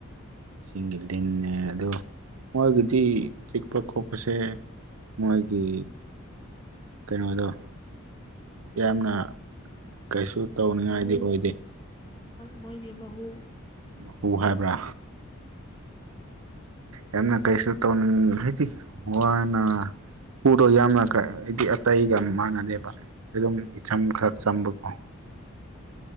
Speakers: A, on the right (about 85°); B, on the left (about 25°).
A: ꯏꯁꯤꯡꯒꯤ ꯂꯤꯟꯅꯟꯅꯦ ꯑꯗ ꯃꯣꯏꯒꯤꯗꯤ ꯆꯤꯛꯄ ꯈꯣꯠꯄꯁꯦ ꯃꯣꯏꯒꯤ ꯀꯩꯅꯣꯗꯣ ꯌꯥꯝꯅ ꯀꯩꯁꯨ ꯇꯧꯅꯤꯡꯉꯥꯏꯗꯤ
B: ꯃꯍꯨ
A: ꯑꯣꯏꯗꯦ
B: ꯃꯣꯏꯒꯤ ꯃꯍꯍꯨ
A: ꯃꯈꯨ ꯍꯥꯏꯕ꯭ꯔꯥ
B: ꯎ
A: ꯌꯥꯝꯅ ꯀꯩꯁꯨ ꯇꯧꯅꯤꯡ ꯍꯥꯏꯗꯤ ꯋꯥꯅ ꯎꯗꯣ ꯌꯥꯝꯅ ꯍꯥꯏꯗꯤ ꯑꯇꯩꯒ ꯃꯥꯟꯅꯗꯦꯕ ꯑꯗꯨꯝ ꯏꯆꯝ ꯈꯔ ꯆꯝꯕꯀꯣ